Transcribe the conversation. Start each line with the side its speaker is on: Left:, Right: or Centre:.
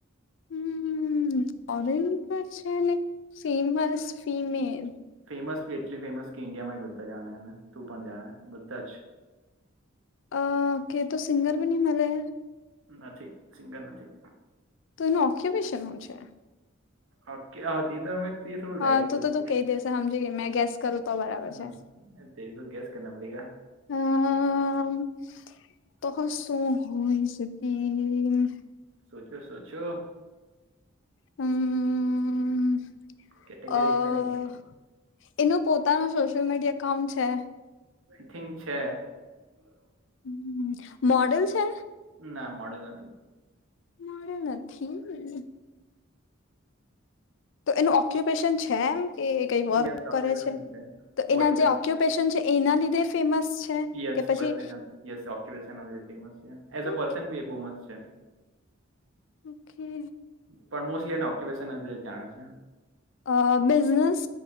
Left: હમ્મ, ફોરેન માં છે ને ફેમસ ફિમેલ.
Right: ફેમસ બી એટલી ફેમસ કે ઇન્ડિયામાં બી બધા જાણે એ તું પણ જાણે બધા જ.
Left: અહ કે તું સિંગર બી નહીં મલે.
Right: નથી સિંગર નથી.
Left: તો એનું ઓક્યુપેશન હું છે?
Right: ઓ ક્યા હોતી તી તમે તે થોડું ડાયરેક્ટ
Left: હા
Right: હો તો છે.
Left: તું કહી દેશે સમજી ગઈ મેં ગેસ કરું તો બરાબર છે
Right: હા તેરીકો ગેસ કરના પડેગા.
Left: હમ્મ, તો હું શું હોય સકી?
Right: સોચો સોચો.
Left: હમ્મ,
Right: કેટેગરી
Left: અહ
Right: એકદમ અલગ છે
Left: એનો પોતાનો સોશિયલ મીડિયા એકાઉન્ટ છે?
Right: થિંક છે. <unintelligible>
Left: હમ્મ, મોડેલ છે?
Right: ના મોડલ નથી.
Left: મળ્યું નથી મેં. તો એનું ઓક્યુપેશન છે એમ કે એ
Right: નથી
Left: કઈ વર્ક
Right: યસ
Left: કરે
Right: ઓક્યુપેશન
Left: છે તો
Right: બો
Left: એના
Right: એકદમ
Left: જે ઓક્યુ પેશન છે એના લીધ ફેમસ છે.
Right: યસ
Left: કે પછી
Right: બસ એના યસ એક્યુપેશન ફેમસ છે એઝ અ
Left: ઓકે
Right: પર્સન બી એ બહુ મસ્ત છે.
Left: ઓકે.
Right: પણ મોસ્ટલી એને ઓક્યુપેશન જ જાણે છે.
Left: આ બિઝનેસ